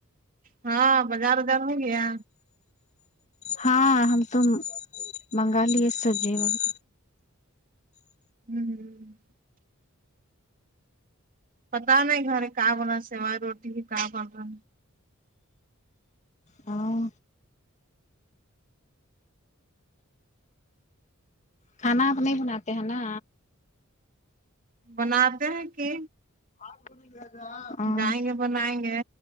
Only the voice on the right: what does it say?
ہاں بازار وزار نہیں گیا
ہوں پتا نہیں گھر کہاں بنا سوائے روٹی بھی کہ بن رہا
بنا تے ہیں کہ
جائیں گے بنائیں گے